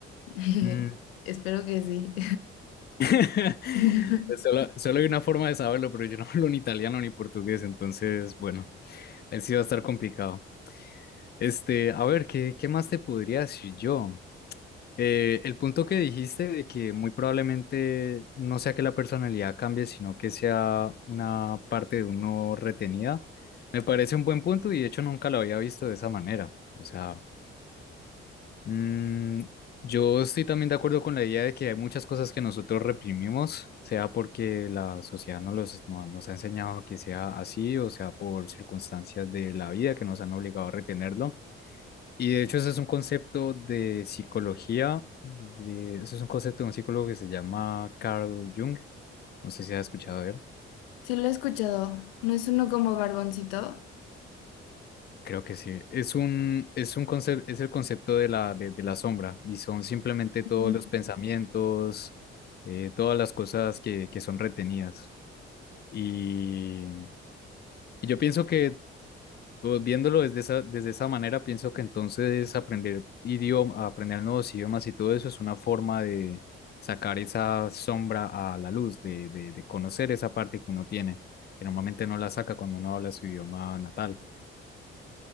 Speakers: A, on the left; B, on the left.
A: <laughs>
B: Mm.
A: espero que sí.
B: <laughs>
A: <laughs>
B: Pues solo, solo hay una forma de saberlo, pero yo no <laughs> hablo ni italiano ni portugués, entonces, bueno, ahí sí va a estar complicado. Este, a ver, ¿qué, qué más te podría decir yo? Eh, el punto que dijiste de que muy probablemente no sea que la personalidad cambie, sino que sea una parte de uno retenida, me parece un buen punto y de hecho nunca lo había visto de esa manera. O sea, mm, yo estoy también de acuerdo con la idea de que hay muchas cosas que nosotros reprimimos, sea porque la sociedad nos, los, no- nos ha enseñado que sea así, o sea por circunstancias de la vida que nos han obligado a retenerlo. Y de hecho, ese es un concepto de psicología, de, eso es un concepto de un psicólogo que se llama Carl Jung. No sé si has escuchado de él.
A: Sí lo he escuchado, ¿no es uno como Barboncito?
B: Creo que sí. Es un, es un concepto, es el concepto de la, de, de la sombra y son simplemente todos
A: Mm.
B: los pensamientos, eh, todas las cosas que, que son retenidas. Y, y yo pienso que Pues, Viéndolo desde esa, desde esa manera, pienso que entonces aprender idioma, aprender nuevos idiomas y todo eso es una forma de sacar esa sombra a la luz, de, de, de conocer esa parte que uno tiene, que normalmente no la saca cuando uno habla su idioma natal.